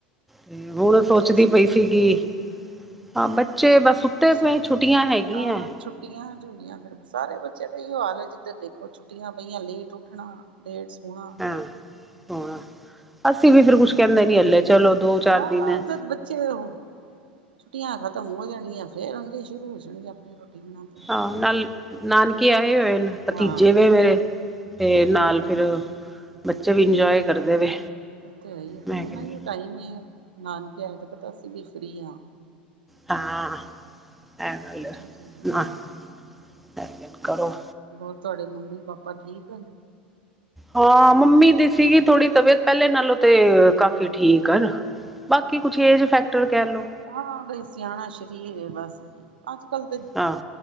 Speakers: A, in the centre; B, on the right.
A: ਤੇ ਹੁਣ
B: ਬੱਚੇ
A: ਸੋਚਦੀ
B: ਸੁ
A: ਪਈ, ਸੀਗੀ, ਹਾਂ ਬੱਚੇ ਬਸ-
B: ਸੁੱ
A: ਪਏ ਛੁੱਟੀਆਂ ਹੈਗੀਆਂ
B: ਤਾ ਛੁ ਛੁੱਟੀਆਂ ਜੋ ਹੋਈਆਂ ਫੇਰ, ਸਾਰੇ ਬੱਚੇ ਤਾਂ ਇਹੀ ਹਾਲ ਹੈ ਜਿੱਧਰ ਦੇਖੋ ਛੁੱਟੀਆਂ ਪਈਆਂ ਲੇਟ ਉੱਠਣਾ। ਲੇਟ ਸੋਣਾ।
A: ਹਾਂ ਸੋਣਾ। ਅਸੀਂ
B: ਤੇ
A: ਵੀ
B: ਚੱਲਦਾ
A: ਫੇਰ ਕੁੱਛ
B: ਹੀ
A: ਕਹਿੰਦੇ ਨਹੀਂ ਹਲੇ ਚਲੋ ਦੋ- ਚਾਰ
B: ਹਾਂ
A: ਦਿਨ ਹੈ।
B: ਜਦ ਬੱਚੇ ਉਹ ਛੁੱਟੀਆਂ ਖ਼ਤਮ ਹੋ ਜਾਣੀਆਂ ਫੇਰ ਆ ਸ਼ੁਰੂ ਹੋਣ ਆਪਣੀ ਰੋਟੀ ਬਣਾ ਕੇ।
A: ਹਾ ਨਾਲ ਨਾਨਕੇ ਆਏ ਹੋਏ ਨ ਭਤੀਜੇ
B: ਹਾਂ
A: ਵੇ ਮੇਰੇ। ਤੇ ਨਾਲ ਫੇਰ ਬੱਚੇ ਵੀ ਇੰਜੋਏ ਕਰਦੇ ਵੇ।
B: ਉਹ ਤੇ ਹੈ ਈ ਏ
A: ਮੈਂ
B: ਫੇਰ ਉਹਨਾ
A: ਕਹਿੰਦੀ
B: ਟਾਈਮ ਈ ਏਹੀ ਏ ਨਾਨਕੇ ਆਏ ਤੇ ਪਤਾ ਅਸੀਂ ਵੀ ਫ੍ਰੀ ਹਾਂ।
A: ਤਾਂ, ਇਹ ਗੱਲ
B: ਉਹ ਚੀਜ਼
A: ਹੈ,
B: ਹੋ ਜਾਂਦੀ
A: ਆਪਣਾ
B: ਹੈ
A: ਟਾਈਮਿੰਗ ਕਰੋ।
B: ਹੋਰ ਤੁਹਾਡੇ ਮੰਮੀ ਪਾਪਾ ਠੀਕ ਹਨ?
A: ਹਾਂ ਮੰਮੀ ਦੀ ਸੀਗੀ ਥੋੜੀ ਤਬੀਅਤ, ਪਹਿਲੇ ਨਾਲੋਂ ਤੇ ਕਾਫ਼ੀ ਠੀਕ ਹਨ। ਬਾਕੀ ਕੁੱਛ ਏਜ ਫੈਕਟਰ ਕਹਿ ਲਉ।
B: ਹਾਂ ਬਈ ਸਿਆਣਾ ਸਰੀਰ ਬਸ ਅੱਜ ਕੱਲ ਤਾਂ
A: ਹਾਂ।